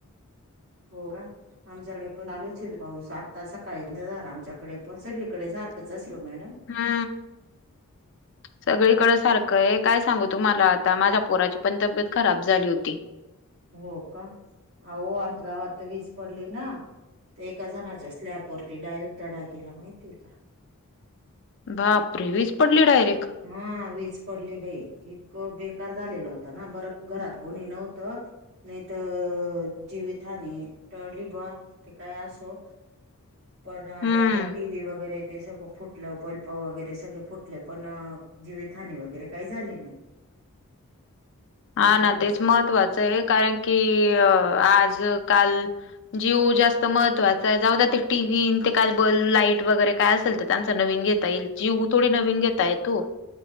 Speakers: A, on the right (about 55°); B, on the left (about 55°).
A: हो का आमच्याकडे पण आलोच पाऊस आत्ता सकाळी झाला आमच्याकडे पण सगळीकडे सारखंच असेल मॅडम
B: हा
A: <inaudible>
B: सगळीकड सारखं आहे काय सांगू तू मला आता माझ्या पोराची पण तब्येत खराब झाली होती
A: हो का अंतराव आता वीज पडली ना ते एका जणाच्या स्लॅब वरती डायरेक्ट टडा गेला माहितीय का
B: बापरेवीच पडली डायरेक्ट
A: हा वीज पडली बाई इतकं बेकार झालेला होत ना बरं घरात कोणी नव्हतं नाही तर जीवितहानी टळली बा ते काय असो पण
B: हम्म
A: त्यांचा टी व्ही वगैरे ते सगळं फुटलं बल्ब वगैरे सगळे फुटले पण जीवितहानी वगैरे काही झाली नाही. ते
B: हा
A: महत्त्वाचं
B: ना तेच महत्त्वाचं आहे कारण की आज काल जीव जास्त महत्त्वाचा आहे जाऊ ते टीव्ही ते काबल लाईट वगैरे काय असेल तर. त्यांचा नवीन घेता येईल जीव थोडी नवीन घेता येतो.